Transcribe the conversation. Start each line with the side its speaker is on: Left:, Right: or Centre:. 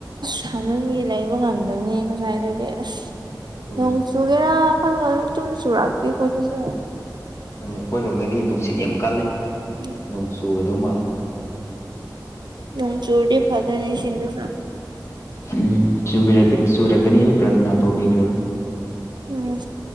Right: ꯊꯝꯃꯝꯃꯤ ꯂꯩꯕ ꯉꯝꯗꯕꯅꯦ ꯉꯁꯥꯏ ꯑꯗꯨꯗꯤ ꯑꯁ
Left: ꯍꯣꯏ
Right: ꯅꯣꯡ ꯆꯨꯒꯦꯔꯥꯜ ꯑꯗꯨꯝ ꯆꯨꯔꯀꯦ ꯑꯩꯈꯣꯏꯗꯤꯨꯔꯦ
Left: ꯑꯩꯈꯣꯏꯔꯣꯝꯗꯗꯤ ꯅꯨꯡꯁꯤꯠ ꯌꯥꯝ ꯀꯜꯂꯦ
Right: ꯎꯝ
Left: ꯅꯣꯡ ꯆꯨꯒꯗꯧ ꯃꯥꯜꯂꯦ
Right: ꯅꯪ ꯆꯨꯔꯗꯤ ꯐꯠꯇꯅꯦꯁꯤꯗ
Left: ꯎꯝ ꯆꯨꯔꯛꯀꯅꯤ ꯑꯩ ꯄ꯭ꯔꯊꯅꯥ ꯇꯧꯕꯤꯈ꯭ꯔꯕꯅꯤ
Right: ꯎꯝ